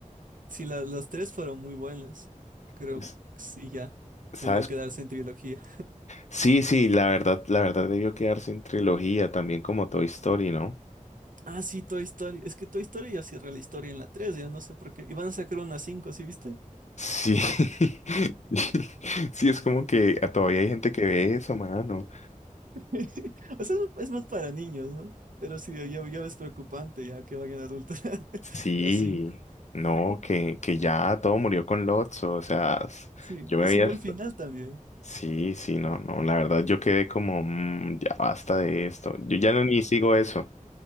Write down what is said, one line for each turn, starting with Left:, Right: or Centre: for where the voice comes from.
Right: Sí, la- las tres fueron muy buenas. Creo
Left: Es-
Right: que sí, ya.
Left: ¿Sabes?
Right: Debió quedarse en trilogía.
Left: Sí, sí, la verdad, la verdad debió quedarse en trilogía también como Toy Story, ¿no?
Right: Ah, sí, Toy Story. Es que Toy Story ya cierra la historia en la 3, ya no sé por qué. Y van a sacar una cinco, ¿sí viste?
Left: Sí. <laughs> Sí, es como que todavía hay gente que ve eso, mano.
Right: <laughs> O sea, es, es más para niños, ¿no? Pero sí, ya, ya ves preocupante ya que vayan adultos <laughs>
Left: Sí,
Right: las 5.
Left: no, que, que ya todo murió con Lotso, o sea, s-
Right: Sí,
Left: yo me
Right: es
Left: había...
Right: un buen
Left: est-
Right: final también.
Left: Sí, sí, no, no, la verdad yo quedé como, "Mm, ya basta de esto, yo ya no ni sigo eso.